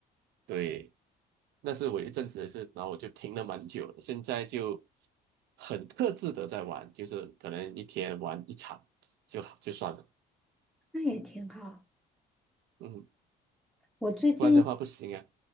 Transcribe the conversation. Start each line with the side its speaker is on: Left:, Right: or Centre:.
Right: 对，那是我一阵子的事，然后我就停了蛮久了，现在就很克制的在玩，就是可能一天玩一场就好就算了，
Centre: 那也挺好。
Right: 嗯，
Centre: 我最近
Right: 不然的话不行啊，